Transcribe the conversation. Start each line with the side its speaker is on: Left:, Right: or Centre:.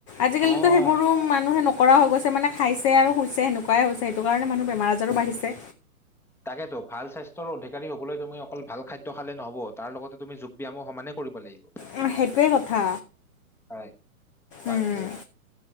Left: আজিকালিতো
Centre: অ',
Left: সেইবোৰে
Centre: অ'।
Left: মানুহে নকৰা হৈ গৈছে মানে খাইছে আৰু শুইছে সেনেকুৱাই হৈছে সেইটো কাৰণে মানুহ বেমাৰ আজাৰো বাঢ়িছে।
Centre: তাকেতো ভাল স্বাস্থ্যৰ অধিকাৰী হবলৈ তুমি অকল ভাল খাদ্য খালে নহ'ব তাৰ লগতে তুমি যোগ ব্যায়ামো সমানেই কৰিব লাগিব।
Left: উম সেইটোৱেই কথা,
Centre: হয় তাকে
Left: উম।